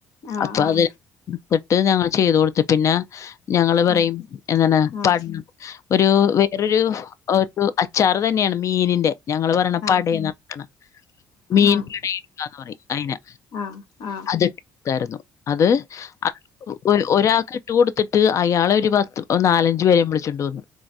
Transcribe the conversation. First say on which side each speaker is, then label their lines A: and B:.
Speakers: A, on the left (about 70°); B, on the left (about 50°).
A: ആഹ്
B: അപ്പൊ അത് <unintelligible> എടുത്തിട്ട് ഞങ്ങൾ ചെയ്ത് കൊടുത്ത് പിന്നാ ഞങ്ങള് പറയും
A: ആഹ്
B: എന്താണ്
A: ആഹ്
B: <unintelligible> ഒരു വേറൊരു ഒരു അച്ച് ച്ചാറ് തന്നെയാണ് മീനിന്റെ ഞങ്ങള് പറയണെ <unintelligible>
A: ആഹ്
B: മീൻ
A: ആഹ്
B: <unintelligible> പറയും അയിനാ
A: ആഹ് ആഹ് ആഹ് ആഹ് ആഹ്
B: അത് <unintelligible> ആരുന്നു അത് ഒ ഒര് ഒരാക്ക് ഇട്ട് കൊടുത്തിട്ട് അയാളൊരു പത്ത് നാലഞ്ച് പേരെയും വിളിച്ചോണ്ട് വന്നു